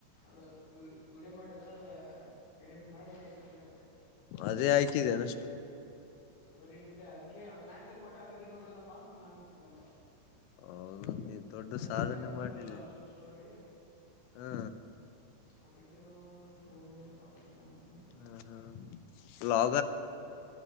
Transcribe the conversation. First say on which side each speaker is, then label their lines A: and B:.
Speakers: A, on the left; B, on the left.
A: ಅದು ವಿಡಿ ಮಾಡಿದ್ರೆ ಅದ ಎಡಿಟ್ ಮಾಡಿ ಇದು ಮಾಡಿದ್ದೆ
B: ಅದೇ ಹಾಕಿದೆನ
A: ಸ್ಟೋರಿ ಸ್ಟೋರಿ ಇಟ್ಟಿದೆ ಅದಕ್ಕೆ ಅದಾಯ ಕೊಟ್ಟೆ ಅದಕ್ಕಿನ್ನು ಇದನಪ್ಪ ಅಂತ ನಾಚ್ಿಕೊಂಡೆ
B: ಹೌದು ನೀ ದೊಡ್ಡ ಸಾಧನೆ
A: ಜಲ್ದಿ ಅಪ್ಲೋಡ್
B: ಮಾಡಿದೀರಿ
A: ಅಲ್ಲ ಅಷ್ಟು ಸ್ಟೋರಿ
B: ಹಾ
A: ಆಗ್ಾನ ಭೋಗಗನಪ್ಪ ಅಂತ ತಿಳ್ಕೊಂಡ
B: ಹ್ಮ ಹಾ ಲಾ